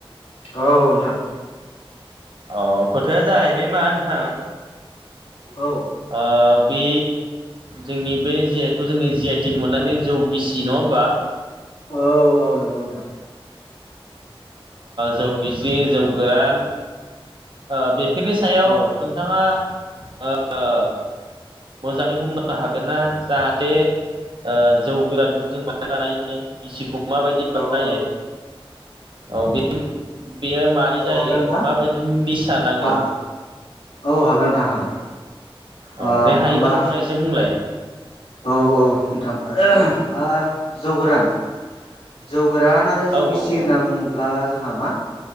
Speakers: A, on the left (about 85°); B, on the right (about 55°).
A: औ नोंथां।
B: औ खोथाया जाहैबाय मा नोंथां?
A: औ
B: आ। बे जोंनि बे जिहेथु जोंनि जि आइ टिक मोननानै जौगिसि नङा होमबा?
A: औ औ नंगौ नोंथां।
B: जौ गिसि, जौ गोरान। आ बे फोरनि सायाव
A: औ
B: नोंथाङा ओ ओ मोजाङै बुंनां हागोन ना जाहाथे ओ जौ गोरानखौ जों मानो बानायो गिसिखौ माबायदि
A: औ
B: बानायो
A: औ
B: औ बे बेयो मारै
A: औ
B: जायो
A: हागोन नोंथां
B: माबायदि निसा नाङो
A: हा औ हागोन नोंथां हागोन
B: औ
A: ओ
B: दे हायोबा
A: होमबा
B: नोंथाङा एसे बुंलाय
A: औ औ नोंथां <unintelligible> आ जौ गोरान जौ गोरान आरो जौ
B: औ
A: गिसि
B: औ
A: होनना
B: औ
A: बुङोब्ला जोंहा मा